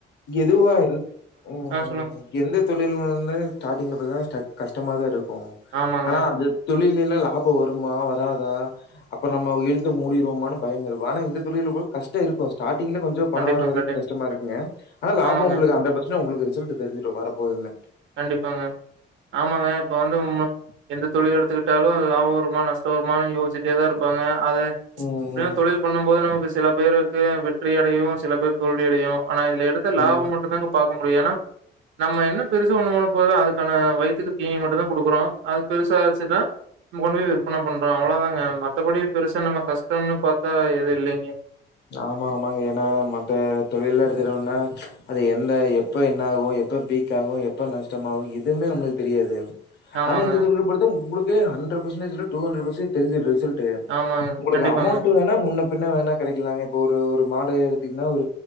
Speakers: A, on the left; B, on the right.
A: எதுவாய்ல் ம்
B: சொல்லுங்க.
A: எந்த தொழிலு வந்து ஸ்டாடிங்ல பாத்தா ஸ்டக் கஷ்டமாதாஇருக்கூ
B: ஆமாங்க.
A: ஆனா அது தொழில்லெலா லாபொ வருமா வராதா அப்பநம்ம இழுத்து மூடிறுவோமானு பயமிருக்கு ஆனா இந்த தொழில கூட கஷ்டொ இருக்கு ஸ்டாடிங்ல கொஞ்சொ கொஞ்சொ பணொ
B: கண்டிப்பாங்க,
A: வர வரைக்கு
B: கண்டிப்பா.
A: கஷ்டமாருக்குங்க ஆனா லாபொ
B: ஆமாங்க,
A: ஒங்களுக்கு ஹன்டர்டு பசன்டேஜ் ஒங்களுக்கு ரிசல்ட் தெரிஞ்சிடு வரப்போதுனு
B: கண்டிப்பாங்க ஆமாங்க இப்ப வந்து எந்த தொழில் எடுத்துக்கிட்டாலு லாப வருமா நஷ் டோ வருமானு யோசிட்டேதா இருப்பாங்க அதே எப்பியு
A: ம் ம்
B: தொழில் பண்ணு போது நமக்கு சில பேருக்கு வ வெற்றி அடையு சில பேர்க்கு தோல்வியடயு ஆனா இதுல எடுத்த லாப
A: ம்
B: மட்டு தாங்க பாக்க முடியு ஏனா நம்ம என்ன பெருசா ஒண்ணு பண்ணபோன போத அதுக்கான வயித்துக்கு தீனி மட்டு தா குடுக்குறோ அது பெருசா ஆச்சுனா நம கொண்டு போயி விற்பன பண்றோஅவ்ளோதாங்க மத்தபடி பெருசா நம்ம கஷ்டம்னு பாத்தா எது இல்லீங்க
A: ஆமா ஆமாங்க ஏனா மத்த தொழில்ல எடுத்துட்டம்மனா அது என்ன எப் ப்ப என்ன ஆகு எப்ப பீக் ஆகு எப்ப நஷ்டமாகு எதுமே நம்ளுக்கு தெரியாது
B: ஆமாங்க,
A: ஆனா இந்த தொழில் பொறுத்த ஒங்களுக்கு ஹன்ட்ரடு பசன்டேஜ் இல டு ஹன்ட்ரடு பர்சேஜ் தெரிஞ்சுடு ரிசல்ட்டு
B: ஆமாங்க.
A: ஒங்களுக்கு
B: கண்டிப்பாங்க.
A: அமௌண்ட் வேணா முன்ன பின்ன வேணா கெடைக்கலாங்க இப்ப ஒரு மாடு எடுத்துங்ன்னா ஒரு